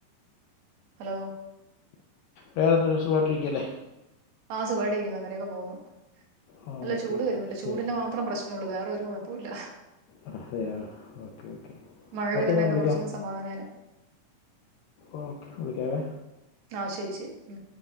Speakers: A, on the right; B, on the left.
A: ഹലോ
B: വേറെന്താ സുഖായിട്ടിരിക്കല്ലേ
A: ആ സുഖമായിട്ട് ഇരിക്കുന്നു അങ്ങനെയൊക്കെ പോകുന്നു
B: ആ
A: നല്ല
B: ഓക്കെ
A: ചൂട്
B: ഓക്കെ
A: വരുന്നുണ്ട്
B: ശരി
A: ചൂടിന്റെ
B: ശരി
A: മാത്രം പ്രശ്നം നമ്മള് വേറെ ഒരു കൊഴപ്പൊല്ല
B: ആ അതെയോ ഓക്കെ ഓക്കെ
A: മഴ പെയ്തിട്ടുണ്ടായിരുന്നു
B: ഓക്കെ ഞാൻ വിളിക്കാം
A: കുറച്ചൊന്ന് സമാധാനായനെ
B: ഓക്കെ വിളിക്കാവേ
A: ആഹ ശരി ശരി ഉം